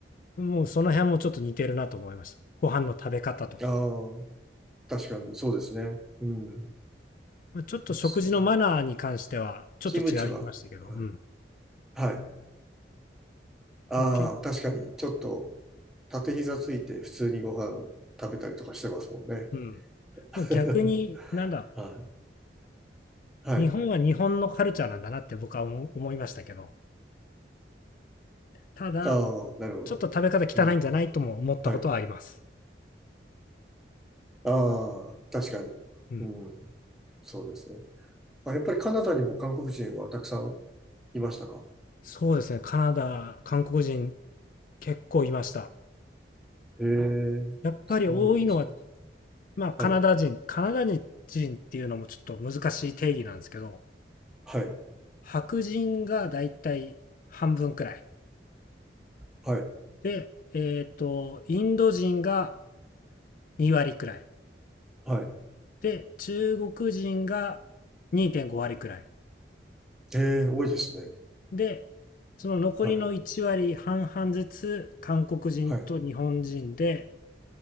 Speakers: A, on the left; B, in the centre.
A: もうその辺もちょっと似てるなと思いました。ご飯の食べ方とか。
B: ああ。確かに、そうですね。うん。
A: まあちょっと食事のマナーに関してはちょっと違いましたけど、
B: そうですね。キムチは、は
A: うん。
B: い。はい。ああ、
A: もうけ、
B: 確かに、ちょっと、縦膝ついて普通にご飯食べたりとかしてますもんね。
A: うん。
B: <laughs>
A: もう逆に、なんだろう。
B: はい。はい。
A: 日本は日本のカルチャーなんだなって僕は思思いましたけど、ただ、
B: ああ、なるほど。
A: ちょっと食べ方汚いんじゃないとも思ったことはあります。
B: うん。はい。ああ、確かに。
A: うん。
B: うん。そうですね。あ、やっぱりカナダにも韓国人はたくさんいましたか
A: そうですね。カナダ、韓国人結構いました。
B: へえ、
A: やっぱり多いのは
B: そうなんですね。
A: まあ、カナダ人、
B: はい。
A: カナダ人っていうのもちょっと難しい定義なんですけど、
B: はい。
A: 白人がだいたい半分くらい。
B: はい。
A: で、えっと、インド人が2割くらい。
B: はい。
A: で、中国人が2.5割くらい。
B: ええ、多いですね。
A: で、その残りの1割半々ずつ、
B: はい。
A: 韓国人と日本人で、
B: はい。